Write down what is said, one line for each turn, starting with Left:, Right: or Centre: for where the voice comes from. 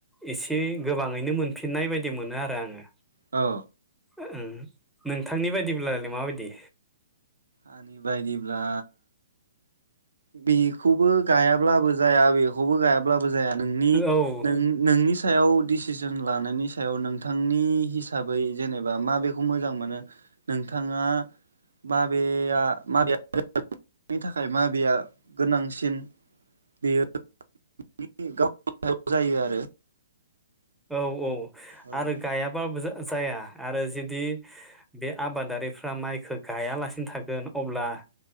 Centre: एसे गोबाङैनो मोनफिननाय बायदि मोनो आरो आङो।
Right: औ
Centre: ओम नोंथांनि बायदिब्लालाय माबाय दि
Right: आंनि बायदिब्ला बेखौबो गायाब्लाबो जाया बेखौबो गायाब्लाबो जाया नोंनि
Centre: औ
Right: नों नोंनि सायाव डिसिसन लानायनि सायाव नोंथांनि हिसाबै जेनेबा माबेखौ मोजां मोनो नोंथाङा माबेया माबेनि थाखाय माबेया गोनांसिन बेयो <unintelligible> गावनि सायाव जायो आरो
Centre: औ औ
Right: औ
Centre: आरो गायाबाबो जाया आरो जेदि बे आबादारिफ्रा माइखो गायालासिनो थागोन अब्ला